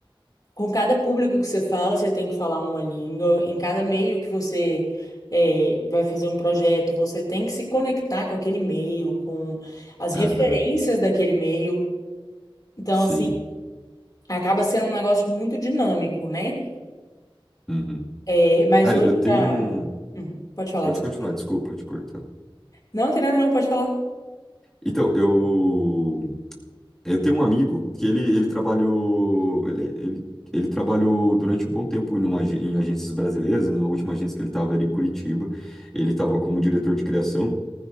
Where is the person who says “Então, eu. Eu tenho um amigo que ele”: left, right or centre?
Centre